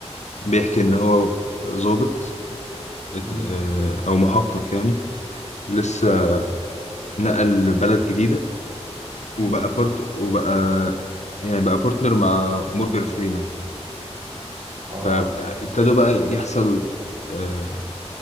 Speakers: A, on the left; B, on the right.
A: بيحكي ان هو ظابط
B: امم
A: آه، او محقق يعني لسه نقل بلد جديده وبقى
B: امم
A: بارت وبقى يعني بقى بارتنر مع مورجان فريمان
B: اه
A: فابتدوا بقى يحصل آه،